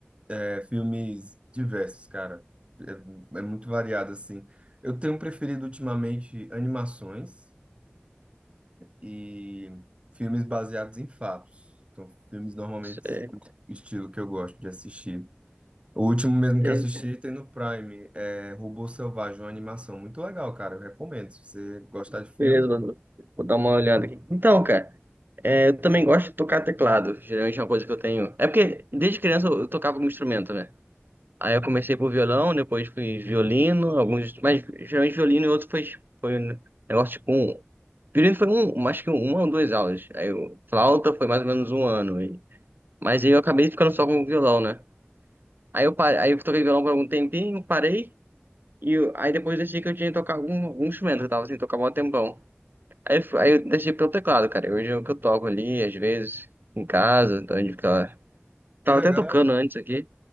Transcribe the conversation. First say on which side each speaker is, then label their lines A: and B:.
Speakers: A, on the right; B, on the right.
A: é, filmes diversos, cara. É, é muito variado, assim. Eu tenho preferido ultimamente animações e filmes baseados em fatos. São filmes normalmente
B: É,
A: o estilo que eu gosto de assistir. O último mesmo
B: é.
A: que assisti tem no Prime, é Robô Selvagem, uma animação muito legal, cara. Eu recomendo. Se você gostar de filme,
B: Beleza, Bruno. Vou dar uma olhada aqui. Então, cara, é, eu também gosto de tocar teclado. Geralmente é uma coisa que eu tenho. É porque desde criança eu eu tocava algum instrumento, né? Aí eu comecei por violão, depois fui violino, alguns. Mas geralmente violino e outro foi, foi um negócio tipo um. Violino foi um, um, acho que uma ou duas aulas. Aí o flauta foi mais ou menos um ano. E... Mas aí eu acabei ficando só com o violão, né? Aí eu, parei, aí eu toquei violão por algum tempinho, parei. E eu- aí depois eu decidi que eu tinha que tocar algum, algum instrumento. Eu tava sem tocar há um tempão. Aí, f- aí eu deixei pelo teclado, cara. Hoje é o que eu toco ali, às vezes, em casa, então a gente fica... Tava
A: que legal,
B: até tocando antes aqui,